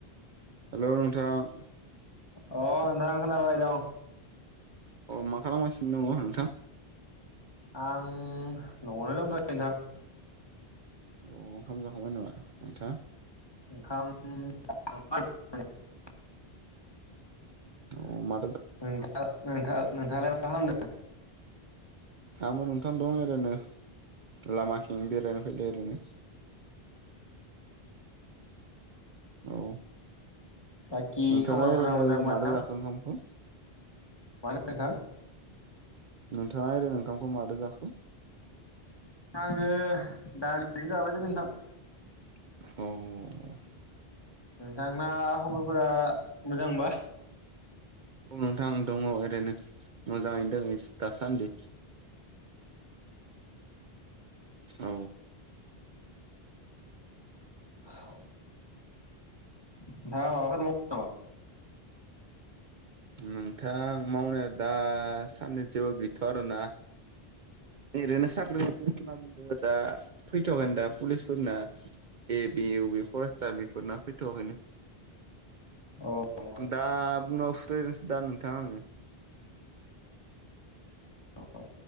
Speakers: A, on the right (about 55°); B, on the left (about 25°).
A: हेलौ नोंथां।
B: अह नोंथां खोनाबाय दं।
A: अह मा खालामगासिनो दङ नोंथां?
B: आं न'आवनो दंथयो नोंथां।
A: औ ओंखाम जाखांबाय नामा नोंथाङा?
B: ओंखाम जाखांबाय <unintelligible>
A: अह मा
B: नोंथां नोंथां नोंथाङालाय मा खालामदों?
A: आंबो नोंथां दं ओरैनो लामाथिं बेरायनो फैदो ओरैनो। औ
B: बाखि
A: नोंथाङा
B: खबरफोरा
A: ओरैनो
B: मोजांबा
A: मादो
B: नोंथां
A: जाखो ओंखामखौ? <inaudible>
B: मानो नोंथां?
A: नोंथाङा ओरैनो ओंखामखौ मादों जाखो?
B: आङो दालिजोंनो जाबायलै नोंथां।
A: अ अ अ
B: नोंथांना खबरफोरा मोजांबा?
A: ओं नोंथां दङ ओरैनो मोजाङैनो दङ इस दासान्दि। औ
B: <inaudible> नोंथाङा माबाफोर माबाफोर मावो नामा?
A: औ नोंथां मावनाया दा साननै जेबो गैथ'या आरोना ओरैनो साख्रि दा फैथ'वाखैनो दा पुलिसफोरना ए बि इउ बि फरेस्टार बेफोरना फैथ'वाखैनो।
B: अ
A: दा उनाव सुद्रायसै दां नोंथां आङो।
B: औ